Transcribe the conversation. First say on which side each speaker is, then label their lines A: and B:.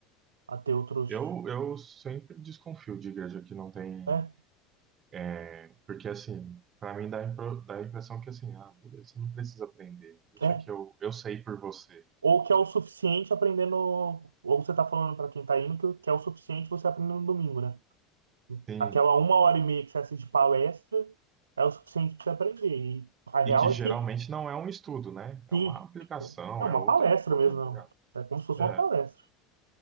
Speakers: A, on the right (about 75°); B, on the right (about 35°).
A: a ter outros.
B: Eu, eu sempre desconfio de igreja que não tem,
A: É,
B: é, porque assim, para mim dá, a impro- dá a impressão que assim, ah, beleza, você não precisa aprender. Deixa
A: é.
B: que eu, eu sei por você.
A: Ou que é o suficiente aprender no. Ou você tá falando para quem tá indo que, que é o suficiente você aprender no domingo, né?
B: Sim,
A: Aquela uma hora e meia que você assiste palestra é o suficiente para você aprender. E a real
B: E que geralmente
A: é que,
B: não é um estudo, né? É
A: sim,
B: uma aplicação,
A: é uma
B: é outra,
A: palestra
B: outra
A: mesmo.
B: pegada.
A: não. É como se fosse
B: É,
A: uma palestra.